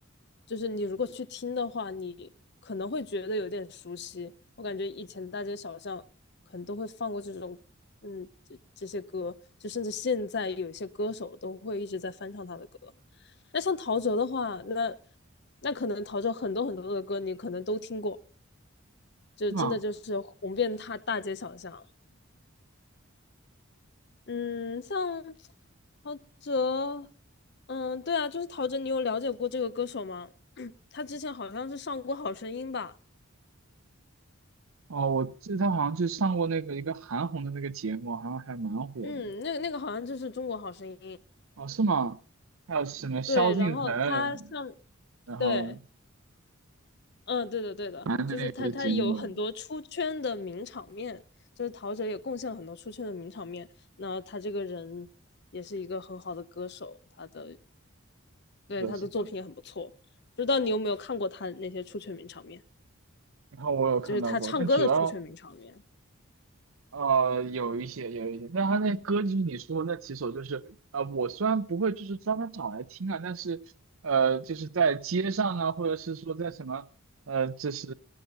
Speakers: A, on the left; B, on the right.
A: 就是你如果去听的话，你可能会觉得有点熟悉。我感觉以前大街小巷可能都会放过这种，嗯，这这些歌，就甚至现在有一些歌手都会一直在翻唱他的歌。那像陶喆的话，那那可能陶喆很多很多的歌你可能都听过，就真的就是红遍他大街小巷。
B: 啊，
A: 嗯，像陶喆，嗯，对啊，就是陶喆，你有了解过这个歌手吗？<coughs> 他之前好像是上过《好声音》吧，
B: 哦，我记得他好像就上过那个一个韩红的那个节目，好像还蛮火的。
A: 嗯，那那个好像就是《中国好声音》，
B: 哦，是吗？还有什么萧敬腾，
A: 对，然后他上，
B: 然后
A: 对，嗯，对的，对的，就是他他有很多出圈的名场面，
B: 那个节目，是
A: 就是陶喆也贡献了很多出圈的名场面。那他这个人也是一个很好的歌手，他的对他的作品也很不错。
B: 的，是的，
A: 不知道你有没有看过他那些出圈名场面，
B: 然后我有看到过，
A: 就是他唱歌的出圈名场面，
B: 但主要。呃，有一些，有一些，但他那歌就是你说的那几首，就是呃，我虽然不会就是专门找来听啊，但是呃，就是在街上啊，或者是说在什么呃，就是